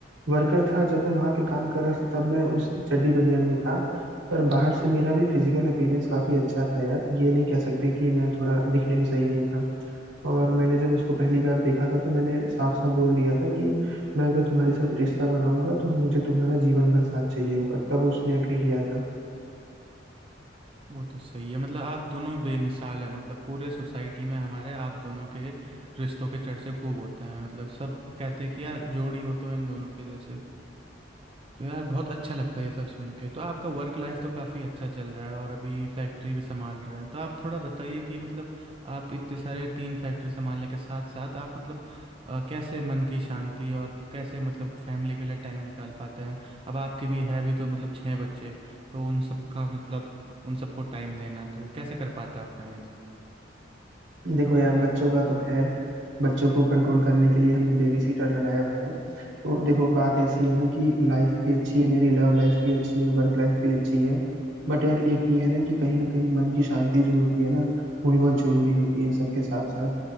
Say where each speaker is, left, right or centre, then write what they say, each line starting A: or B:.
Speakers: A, on the right (about 80°); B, on the right (about 30°).
A: वर्कर था जब मैं वहां पे काम कर रहा था तब मैं उस चड्डी बनियान में था पर बाहर से मेरा भी फिजिकल अपीयरेंस काफी अच्छा था यार ये नहीं कह सकते कि मैं थोड़ा दिखने में सही नहीं था और मैंने जब उसको पहली बार देखा था तो मैंने साफ साफ बोल दिया था कि मैं अगर तुम्हारे साथ रिश्ता बनाऊंगा तो मुझे तुम्हारा जीवन भर साथ चाहिए होगा तब उसने एग्री किया था
B: वो तो सही है मतलब आप दोनों बेमिसाल हैं मतलब पूरे सोसाइटी में हमारे आप दोनों के रिश्तों के चर्चे खूब होते हैं मतलब सब कहते हैं कि यार जोड़ी हो तो इन दोनों के जैसे तो यार बहुत अच्छा लगता है ये सब सुन के तो आपका वर्क लाइफ तो काफ़ी अच्छा चल रहा है और अभी फैक्ट्री भी संभाल रहे हैं तो आप थोड़ा बताइए कि मतलब आप इतने सारे तीन फैक्ट्री संभालने के साथ साथ आप मतलब अ, कैसे मन की शांति और कैसे मतलब फैमिली के लिए टाइम निकाल पाते हैं अब आपके भी है भी तो मतलब छः बच्चे तो उन सबका मतलब उन सबको टाइम देना तो कैसे कर पाते हैं आप मैनेज
A: देखो यार बच्चों का तो खैर बच्चों को कंट्रोल करने के लिए हमने बेबी सीटर लगाया हुआ है तो देखो बात ऐसी है ना कि लाइफ भी अच्छी है मेरी लव लाइफ भी अच्छी है वर्क लाइफ भी अच्छी है बट यार एक ये है ना कि कहीं ना कहीं मन की शांति जो होती है ना वो भी बहुत जरूरी होती है सबके साथ साथ